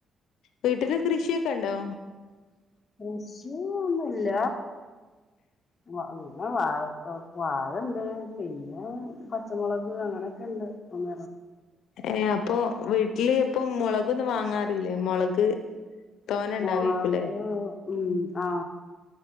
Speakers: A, on the left; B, on the left.
A: വീട്ടില് കൃഷിയൊക്കെ ഉണ്ടോ
B: കൃഷിന്നൊന്നുല്ല <unintelligible> വാഴ വാഴണ്ട് പിന്നെ പച്ചമുളക് അങ്ങനെയൊക്കെണ്ട് അങ്ങ
A: ഏ അപ്പൊ വീട്ടില് ഇപ്പൊ മൊളകൊന്നും വാങ്ങാറില്ലേ മൊളക് തോനെ ഉണ്ടാവേക്കൂലെ
B: മുളക് ഉം ആ